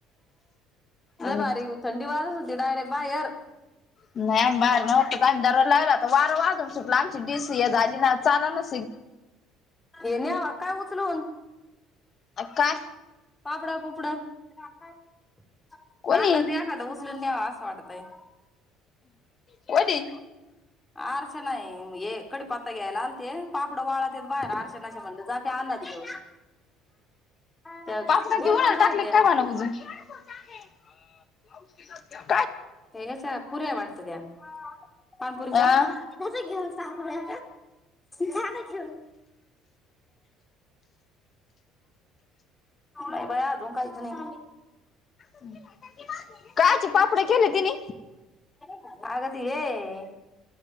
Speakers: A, on the left; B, on the left.
A: लइ
B: आणि
A: बारीक थंडी वाजत होती ते डायरेट बाहेर
B: नाही बाहेर नव्हतं अंदारवर लागल अता वारं वाजून सुटला आमची डीसीए झाली ना चालनाच
A: येन्या काय उच सलून
B: काय
A: पापडा पुपडा <unintelligible>
B: कोणी
A: मला द्या एखाद उस सोलून द्या असं वाटतय
B: होय ती
A: अर्चनाए कढीपत्ता घ्यायला आलते पापड वाळतेत बाहेर अरचनाच्या म्हणलं जाते अंदाज घेऊन त्या
B: तासभर
A: गोल
B: जेऊन
A: गोल काय
B: टाकली
A: त्या?
B: कवा म्हण उगून <unintelligible>
A: ते याच्या पुऱ्या वाटत त्या पाणीपुरीच्या
B: अ
A: जायचं घेऊन पापड्या जा ना घेऊन नाही बाई अजून काहीच नाही
B: हम् - कहाची पापडी केली तिनी
A: अगं ते ये